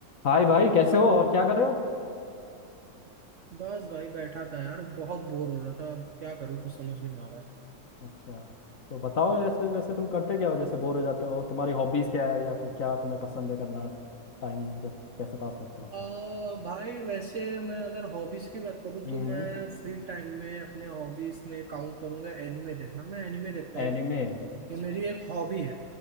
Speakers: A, on the left; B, on the right.
A: हाय भाई कैसे हो और क्या कर रहे हो
B: बस भाई बैठा था यार बहुत बोर हो रहा था अब क्या करूँ कुछ समझ नहीं आ रहा है
A: अच्छा तो बताओ जैसे वैसे तुम करते क्या हो जैसे बोर हो जाते हो तुम्हारी हॉबीज क्या है या फिर क्या तुम्हें पसंद है करना टाइम जब कैसे पास करते हो अपना
B: आ, भाई वैसे मैं अगर हॉबीज की बात करूँ
A: हम्म
B: तो मैं फ्री टाइम में अपने हॉबीज में काउंट करूंगा एनिमे देखना मैं एनिमे देखता हूँ
A: एनिमे अच्छा
B: ये मेरी एक हॉबी है